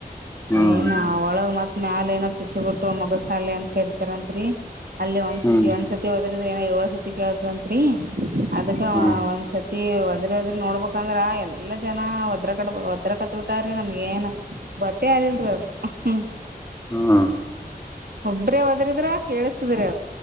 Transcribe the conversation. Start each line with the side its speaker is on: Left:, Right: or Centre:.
Left: ಹ್ಮ್
Right: ಏನಾ ಒಳಗ್ ಮತ್ ಮ್ಯಾಲ ಏನ ಪಿಸಬಿಟ್ಟುಗುವ ಮಗಸಾಲೆ ಅಂತ ಕರಿತಾರತ್ರಿ ಅಲ್ಲಿ ಒಂದ್ಸತಿ
Left: ಹ್ಮ್ ಹ್ಮ್
Right: ಒಂದ್ಸತಿ ಹೋದ್ರಿದ್ರ ಏನೋ ಏಳ ಸತಿ ಕೇಳ್ತಂತ್ರಿ ಅದಕ್ಕಾ
Left: ಹ್ಮ್
Right: ಒಂದ್ ಸತಿ ಎವದ್ <inaudible> ಇರೊದನ್ ನೋಡ್ಬೇಕಂದ್ರ ಎಲ್ಲಾ ಜನ ಒದ್ರ ಕಟ್ಟ ಒದ್ರ ಕತ್ಬಿಟ್ಟೇರೆ ನಮ್ಗೇನ್ ಗೊತ್ತಗ್ ಹೇಳಿಲ್ ಅವ್ರು ಹುಹ್ಮು
Left: ಹ್ಮೂ
Right: ಒಬ್ರೇ ಹೊದಿರಿದ್ರ ಕೇಳಸ್ತದ್ರಿ